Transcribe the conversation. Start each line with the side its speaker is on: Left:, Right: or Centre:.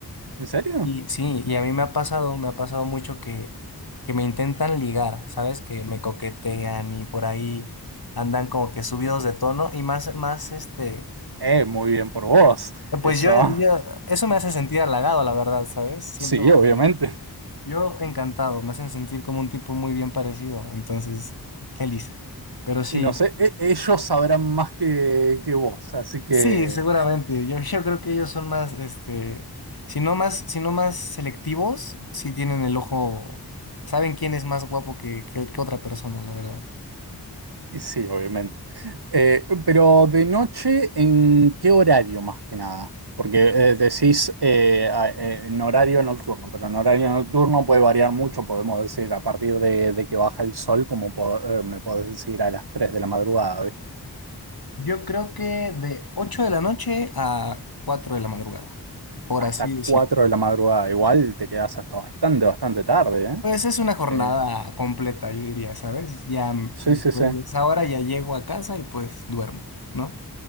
Right: ¿en serio?
Left: Y sí, y a mí me ha pasado, me ha pasado mucho que, que me intentan ligar, ¿sabes? Que me coquetean y por ahí andan como que subidos de tono y más, más este,
Right: Eh, muy bien por vos,
Left: pues
Right: eso.
Left: yo,
Right: <laughs>
Left: yo, eso me hace sentir halagado, la verdad, ¿sabes? Siento,
Right: Sí, obviamente.
Left: me- yo encantado, me hacen sentir como un tipo muy bien parecido, entonces, feliz. Pero sí.
Right: Y no sé, e- ellos sabrán más que, que vos, así que...
Left: Sí, seguramente. Yo, yo creo que ellos son más, este, si no más, si no más selectivos, sí tienen el ojo, saben quién es más guapo que, que- que otra persona, la verdad.
Right: Y Sí, obviamente. Eh, pero de noche, ¿en qué horario más que nada? Porque eh, decís eh, a- eh, en horario nocturno, pero en horario nocturno puede variar mucho, podemos decir, a partir de, de que baja el sol, como po- eh, me podés decir a las 3 de la madrugada, ¿viste?
Left: Yo creo que de 8 de la noche a 4 de la madrugada, por
Right: Hasta
Left: así decirlo.
Right: 4 de la madrugada, igual te quedás hasta bastante, bastante tarde, ¿eh?
Left: Pues es una jornada
Right: Eh,
Left: completa, yo diría, ¿sabes? Ya mm,
Right: sí,
Left: después
Right: sí, sí.
Left: de esa
Right: <laughs>
Left: hora ya llego a casa y pues duermo, ¿no?